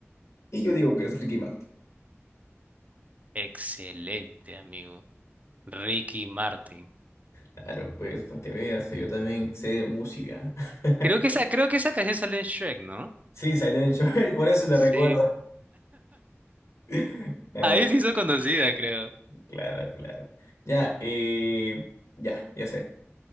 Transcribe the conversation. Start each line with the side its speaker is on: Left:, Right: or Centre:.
Left: y yo digo que es Ricky Martin.
Right: Excelente, amigo. Ricky Martin.
Left: Claro, pues, para que veas que yo también sé de música. <laughs>
Right: Creo que esa, creo que esa canción sale en Shrek, ¿no?
Left: Sí, salió en Joel, por eso le
Right: Sí.
Left: recuerdo. <laughs>
Right: Ahí se hizo conocida, creo.
Left: Claro, claro. Ya, eh, ya, ya sé.